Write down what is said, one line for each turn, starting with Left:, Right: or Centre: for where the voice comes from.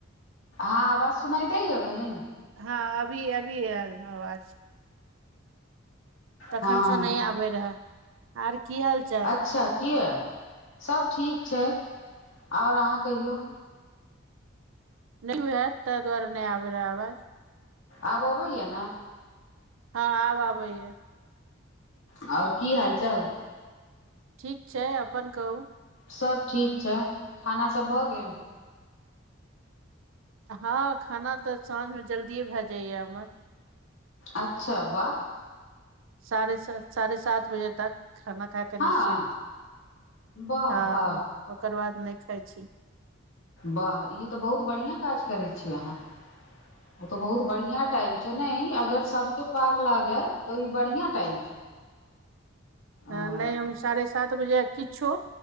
Left: हँ आवाज सुनाई दै ये बहिन?
Right: हँ अभी अभी आयल हें आवाज। तखन
Left: हँ
Right: से नहि आबैत रहऽ आर की हाल? चाल
Left: अच्छा किए सब ठीक छै। आओर अहाँ कहियौ?
Right: नहि होय हाएत ताहि दुआरे नहि आबय रहै आवाज।
Left: आब अबैया ने?
Right: हँ आब आबैए।
Left: आओर की हाल चाल?
Right: ठीक छै अपन कहू?
Left: सब ठीक छै, खाना सब भऽ गेल?
Right: हँ खाना तऽ साँझमे जल्दिए भए जाइएा हमर।
Left: अच्छा वाह
Right: साढ़े स साढ़े सात बजे तक खाना खा क
Left: हँ
Right: निश्चिन्त।
Left: वाह
Right: हँ
Left: वाह
Right: ओकर बाद नहि खाइ छी।
Left: वाह ई तऽ बहुत बढ़िआँ काज करैत छी अहाँ। ओ तऽ बहुत बढ़िया टाइम छै ने ई अगर सबके पार लागे तऽ ई बढ़िया टाइम छै।
Right: ह
Left: अ
Right: नहि हम साढ़े सात किच्छो